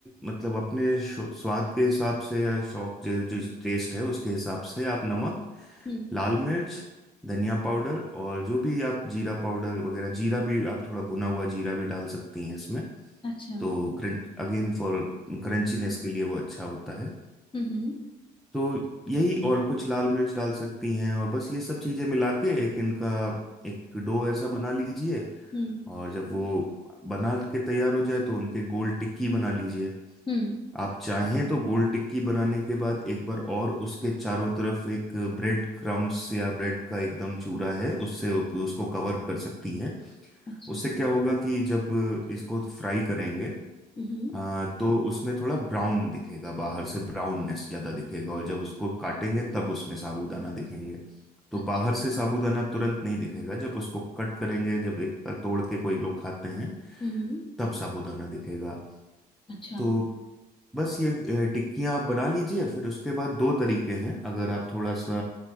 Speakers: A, in the centre; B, on the left.
A: मतलब अपने शौ- स्वाद के हिसाब से या शौक जो जो टेस्ट है उसके हिसाब से आप नमक
B: हम्म
A: लाल मिर्च धनिया पाउडर और जो भी आप जीरा पाउडर वगैरह जीरा भी आप थोड़ा भुना हुआ जीरा भी डाल सकती हैं इसमें
B: अच्छा हम्म
A: तो क्रंच अगेन फॉर क्रंचीनेस के लिए वो अच्छा होता है
B: हम्म
A: तो यही और कुछ लाल मिर्च डाल सकती हैं और बस ये सब चीजें मिला के एक इनका एक डो ऐसा बना लीजिए
B: हम्म
A: और जब वो बना के तैयार हो जाए तो उनके गोल टिक्की बना लीजिए
B: हम्म,
A: आप चाहें तो गोल टिक्की बनाने के बाद एक बार और उसके चारों तरफ एक ब्रेड क्रम्स या ब्रेड का एकदम चूरा है उससे उसको कवर कर सकती हैं
B: अच्छा
A: उससे क्या होगा कि जब इसको फ्राई करेंगे
B: हम्म
A: आ, तो उसमें थोड़ा ब्राउन दिखेगा बाहर से ब्राउननेस ज्यादा दिखेगा और जब उसको काटेंगे तब उसमें साबूदाना दिखेंगे तो
B: अच्छा
A: बाहर से साबूदाना तुरंत नहीं दिखेगा जब उसको कट करेंगे जब एक बार तोड़ के कोई लोग खाते हैं
B: हम्म
A: तब साबूदाना दिखेगा
B: अच्छा
A: तो बस ये अ, टिक्कियाँ आप बना लीजिए फिर उसके बाद दो तरीके हैं अगर आप थोड़ा सा